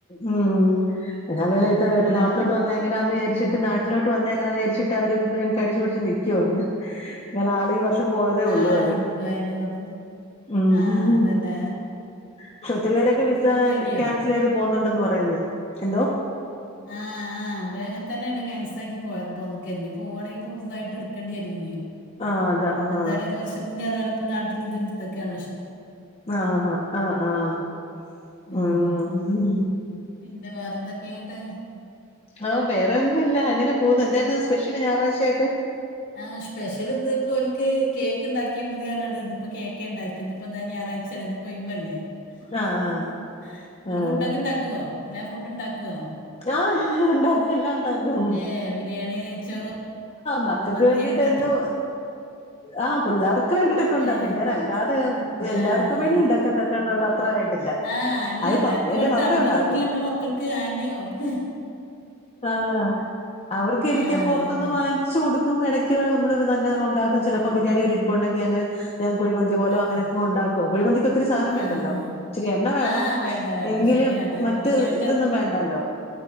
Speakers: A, on the left; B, on the left.
A: ഉം എന്ന
B: ഹലോ
A: നാട്ടിലോട്ട് വന്ന എങ്ങനാന്ന് വിചാരിച്ചിട്ട്
B: ഉം
A: വീട്ടിലോട്ട് വന്ന എങ്ങന വിചാരിച്ചിട്ട് അവര് കടിച്ചു പിടിച്ച് നിക്കുവാണ് കാരണംആള് ഈ വർഷം പോയതേ
B: ആ
A: ഉള്ളൂ കരം
B: നിൽക്കുക എന്നെ പറഞ്ഞു
A: ഉം
B: ആ അതന്നെ
A: പക്ഷേ ഒത്തിരി പേരൊക്കെ വിസ
B: നിങ്ങൾ പോയിനിയോ
A: ക്യാൻസി ലീത്പോന്നുണ്ടെന്ന് പറയുന്നു എന്തോ
B: ആഹ് ആഹ് അവര് അങ്ങനെ തന്നെയാണ് കാൻസ്സലാക്കി പോയപ്പൊക്കെ ഇഞ്ഞി പോവാണെങ്കി പുതുതായിട്ട് എടു നക്കേണ്ടവരും
A: ആഹ് അതാ ആഹ്
B: എന്തായാലും ഒരു വർഷത്തിന് അറിയ ഇപ്പോ നാട്ടിൽ ഇത് ഇടുത്തൊക്കെയാണ്
A: ആഹ് ആ് ആഹ് ആഹ്
B: ഉം.
A: ആഹ് ആ
B: പിന്നെ വേറെ എന്തൊക്കെന്ന്ട്ട്
A: ആഹ് വേറെ ഒന്നുല്ല അങ്ങനെ പോകുന്നു എന്തായിരുന്നുന്ന് സ്പെഷ്യല് ഞറാഴ്ച ആയിട്ട്
B: ആ സ്പെഷല് ഇന്ന് ഇപ്പോലക്ക് കേക്ക് ഉണ്ടാക്കിയാ മതിയ പറഞ്ഞ് കേക്ക് ഉണ്ടാക്കിന്ന് ഇപ്പൊ എന്താ ഞായറാഴ്ചല്ലേന്ന് ഇന്ന്പ്പൊയവല്ലേ
A: ആഹ്
B: നിങ്ങള്
A: ആഹ്
B: ഫുഡൊക്കെ ഉണ്ടാക്കുവ എല്ലാ ഫുഡും ഉണ്ടാക്കുവ
A: ആ ഉണ്ടാക്കും എല്ലാ ഉണ്ടാക്കും.
B: ഏ ബിരിയാണി നെയ്ച്ചോറ്
A: മക്കൾക്ക്
B: മന്തി
A: വേണ്ടിട്ട്
B: അങ്ങനൊക്കെ
A: എന്തോ
B: ഉണ്ട്
A: ആ പിള്ളേർക്ക് വേണ്ടിട്ടൊക്കെ ഉണ്ടാക്കാ
B: ഏ
A: ഞൻ അല്ലാതെ എല്ലാർക്കും
B: ആഹ്.
A: വേണ്ടി ഉണ്ടാക്കാനുള്ള അത്രായിട്ടില്ല
B: ആഹ് അല്ല
A: അത്
B: എല്ലാർക്കും
A: പപ്പ എന്റെ
B: വേണ്ടിട്ട്
A: പപ്പ
B: നമ്മളെ
A: ഉണ്ടാക്കും.
B: വീട്ടില് നമ്മളെ മക്കൾക്ക് ആ അയന്നെ ഓർക്ക്
A: ആ അവർക്ക് ഇരിക്കെ
B: ആഹ്
A: പുറത്തൊന്ന്
B: അതെ.
A: വാങ്ങ വാങ്ങിച്ച് കൊടുക്കും ഇടക്ക് നമ്മള് ഇത് തന്നെ ഉണ്ടാക്കും ചിലപ്പോ ബിരിയാണി അരി ഇരിപ്പുണ്ടെങ്കി അങ്ങ ഞാൻ കുഴിമന്തി പോലോ
B: ആഹ്
A: അങ്ങനൊക്കെ ഉണ്ടാക്കും കുഴിന്തി ഒത്തിരി സാധനം വേണ്ടല്ലോ
B: ആഹ്.
A: ഇച്ചിരി എണ്ണ വേണം
B: ആഹ് വേണ്ട വേണ്ട
A: എങ്കിലും
B: ശരിയാണ്. നമ്മള്
A: മറ്റ്
B: ബിരിയാണിന്റെ
A: ഇതൊന്നും
B: അത്
A: വേണ്ടല്ലോ.